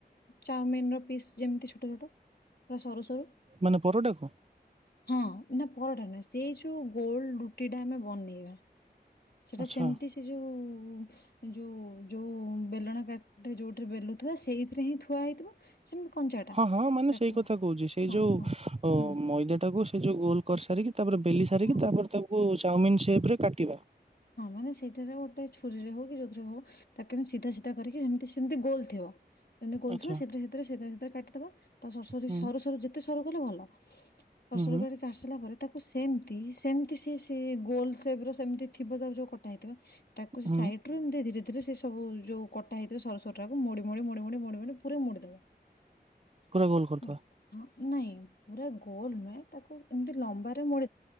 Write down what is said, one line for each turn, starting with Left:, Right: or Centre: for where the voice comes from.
Left: ଚାଓମିନ ର ପିସ୍ ଯେମିତି ଛୋଟ ଛୋଟ। ପୁରା ସରୁ ସରୁ
Right: ମାନେ ପରଟାକୁ।
Left: ହଁ ନା ପରଟା ନୁହଁ ସେଇ ଯୋଉ ଗୋଲ ରୁଟି ଟା ଆମେ ବନେଇ ବାଆ। ସେଟା
Right: ଆଚ୍ଛା।
Left: ସେମିତି ସେ ଯୋଉ। କୁ ଯୋଉ ଯୋଉ ବେଲଣ କାଠି ଯୋଉଠି ବେଲୁଥିବା ସେଇଥିରେ ହିଁ ଥୁଆ ହେଇଥିବ। ସେମିତି କଞ୍ଚାଟା
Right: ହଁ ହଁ ମାନେ
Left: ତାକୁ
Right: ସେଇ କଥା କହୁଛି ସେଇ
Left: ହଁ
Right: ଯୋଉ
Left: ହଁ ହୁଁ
Right: ମଇଦାଟା କୁ୍। ସେ ଯୋଉ ଗୋଲ କରିସାରିକି। ତାପରେ ବେଲି ସାରିକି
Left: ହଁ
Right: ତାପରେ ତାକୁ। ଚାଉମିନ ସେପରେ କାଟିବା।
Left: ହଁ ସେଇଟାରେ ଗୋଟେ ଛୁରୀରେ ହଉ କି ଯୋଉଥିରେ ହଉ ତାକୁେ ବି ଏମିତି ସିଧା ସିଧା କରିକି ଏମିତି। ସେମିତି ଗୋଲ ଥିବ ସେମିତି ଗୋଲ
Right: ଆଚ୍ଛା।
Left: ଥିବ ସେଥିରେ ସେଥିରେ। କାଟିଦବା। ତ ସସୁରି
Right: ହୁଁ,
Left: ସରୁ ସରୁ ଯେତେସ କଲେ ଗଲା <unintelligible> ସରୁ
Right: ହୁଁ,
Left: ସରୁ
Right: ହୁଁ,
Left: କରିକି ଆସିଲା ପରେ ତାକୁ ସେମତି। ଦି ସେମିତି ସି ସେ ଗୋଲ ସେପରେ ସେମିତି। ଥିବ ଦ ଯୋଉ କଟା ହେଇଥିବ। ତାକୁ ସେ
Right: ହୁଁ,
Left: ସାଇଟ୍ ରୁ ଏମତି ଧୀରେ ଧୀରେ ସେ ସବୁ ଯୋଉ କଟା ହେଇଥିବ ସରୁ ସରୁ ର ହବ ତାକୁ ମୋଡି ମୋଡି ମୋଡି ମୋଡି ମଡି ମଡି ପୁରା ମୋଡିଦବ।
Right: ପୁରା ଗୋଲ କରିଦେବା।
Left: ହେଲା। ହଁ ନାଇଁ ପୁରା ଗୋଲ ନୁହେ ତାକୁ ଏମିତି ଲମ୍ବାରେ ମ